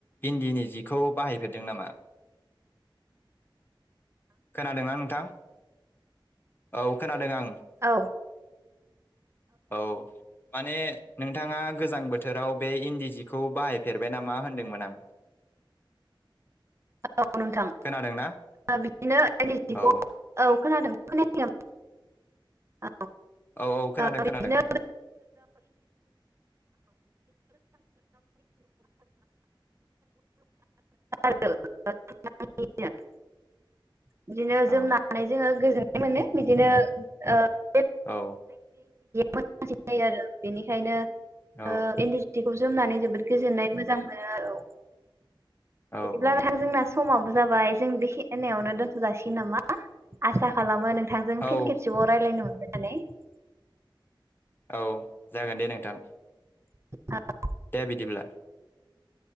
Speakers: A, on the left; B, on the right.
A: इन्दिनि जि बखौ बाहायफेरदों नामा? खोनादों ना नोंथां? औ खोनादों आं।
B: औ
A: औ माने नोंथांङा गोजां बोथोराव बे इन्दि जिखौ बाहायफेरबाय नामा होनदोंमोन आं
B: औ नोंथां
A: खोनादोंना
B: बिदिनो इन्दि जिउखौ
A: औ
B: औ खोनादों खोनायाखै नामा? औ
A: औ औ खोनादों
B: ओ
A: खोनादों
B: बेदिनो <unintelligible> <unintelligible> <unintelligible> बिदिनो जोमनानै
A: औ
B: जोंङो गोजोन मोनो बिदिनो <unintelligible> <unintelligible>
A: औ
B: मोजांसिन जायो आरो बेनिखायनो
A: औ
B: ओ इन्दि जिखौ जों जोमनानै जोबोद गोजोननाय मोजां मोनो औ
A: औ
B: बेदिब्ला
A: औ
B: नोंथां जोंना स समाबो जाबाय जों बेखे खिनियावनो दोनथ' जाासिगोन नामा? आसा खालामो थांजों
A: औ
B: फिन खेबसेबाव‌ रायलायनो मोन <unintelligible>
A: औ जागोन दे नोंथां
B: <unintelligible>
A: दे बिदिब्ला।